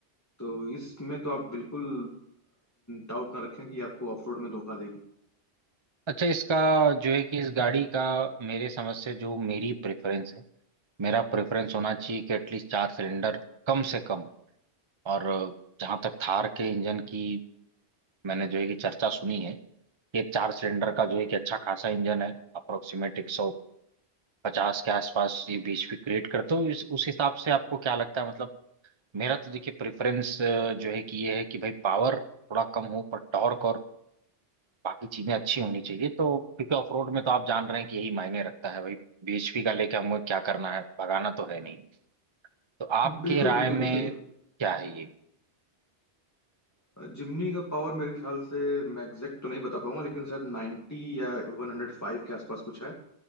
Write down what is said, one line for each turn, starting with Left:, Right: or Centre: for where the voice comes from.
Left: तो इसमें तो आप बिल्कुल डाउट ना रखें कि ये आपको ऑफ रोड में धोखा देगी
Right: अच्छा इसका जो है कि इस गाड़ी का मेरे समझ से जो मेरी प्रेफरेंस है मेरा प्रेफरेंस होना चाहिए कि एटलीस्ट चार सिलेंडर कम से कम और जहां तक थार के इंजन की मैंने जो है कि चर्चा सुनी है ये चार सिलेंडर का जो है कि अच्छा खासा इंजन है अप्रोक्सीमेट एक सौ पचास के आसपास ये बीएचपी क्रिएट करते हो इस- उस हिसाब से आपको क्या लगता है मतलब मेरा तो देखिए प्रेफरेंस जो है कि ये है कि भाई पावर थोड़ा कम हो पर टॉर्क और बाकी चीजें अच्छी होनी चाहिए तो क्योंकि ऑफ रोड में तो आप जान रहे हैं कि यही मायने रखता है भाई बीएचपी का लेके हमें क्या करना है भगाना तो है नहीं तो आपके
Left: बिल्कुल
Right: राय
Left: बिल्कुल
Right: में
Left: देखिए
Right: क्या है ये
Left: जिमनी का पावर मेरे ख्याल से मैं एग्जैक्ट तो नहीं बता पाऊंगा लेकिन शायद 90 या 105 के आसपास कुछ है